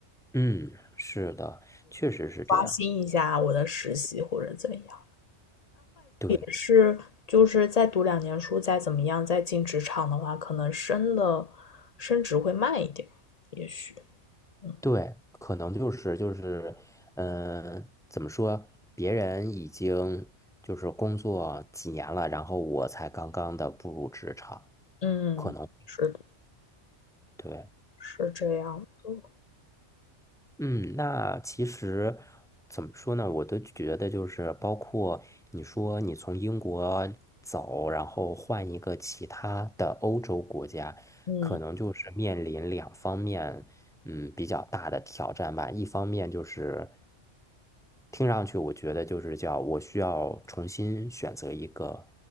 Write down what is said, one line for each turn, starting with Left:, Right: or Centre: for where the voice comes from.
Centre: 嗯，是的，确实是这样。
Left: 刷新一下我的实习或者怎样。
Centre: 对
Left: 是就是再读两年书，再怎么样，再进职场的话，可能升的升职会慢一点，也许。嗯
Centre: 对，可能就是就是，嗯、怎么说？别人已经就是工作几年了，然后我才刚刚的步入职场，
Left: 嗯，
Centre: 可能
Left: 是的，
Centre: 对。
Left: 是这样的。
Centre: 嗯，那其实怎么说呢？我都觉得就是，包括你说你从英国走，然后换一个其他的欧洲国家，
Left: 嗯
Centre: 可能就是面临两方面，嗯，比较大的挑战吧。一方面就是听上去我觉得就是叫我需要重新选择一个，